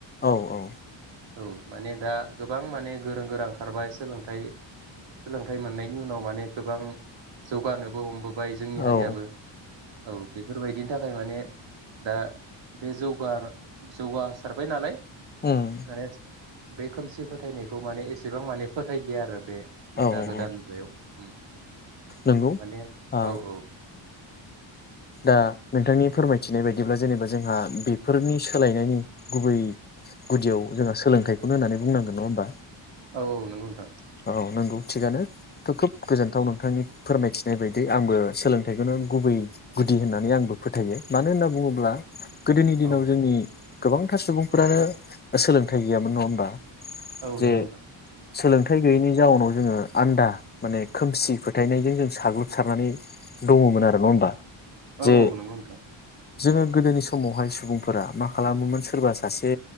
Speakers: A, on the left; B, on the right.
A: औ औ
B: औ माने दा गोबां माने गोरों गोरां खारबाय सोलोंथाइ सोलोंथाइ मोननायनि उनाव माने गोबां जौगानोबो हमबो बाय जोंनि
A: औ
B: हारियाबो औ बेफोरबायदि बिनि थाखाय माने दा बे जौगा जौगासारबाय नालाय
A: उम
B: आरो बे खोमसि फोथायनायखौ माने ए सेबां माने फोथायलिया आरो बे
A: औ
B: दा गोदान
A: औ
B: मुगायाव उम
A: नंगौ
B: माने
A: आ
B: औ औ
A: दा नोंथांनि फोरमाय मिथिनाय बायदिब्ला जेनेबा जोंहा बेफोरनि सोलायनायनि गुबै गुदियाव जोंहा सोलोंथाइखौनो होननानै बुंनांगोन नङा होनबा?
B: औ औ नोंगौ नोंथां
A: औ नंगौ थिगानो थ' खोब गोजोनथाव नोंथांनि फोरमायथिनाय बायदि आंबो सोलोंथाइखौनो गुबै गुदि होननानै आंबो फोथायो मानो होनना बुङोब्ला गोदोनि दिनाव
B: औ
A: जोंनि गोबांथार सुबुंफोरानो सोलोंथाइ गैयामोन नङा होमबा?
B: औ
A: जे
B: नोंगौ नोंथां
A: सोलोंथाइ गैयैनि जाउनाव जोङो आन्दा माने खोमसि फोथायनायजों जों साग्लोबसारनानै दङमोन आरो नङा ओमबा
B: औ
A: जे
B: औ नंगौ नोंथां
A: जोङो गोदोनि समावहाय सुबुंफोरा मा खालामोमोन सोरबा सासे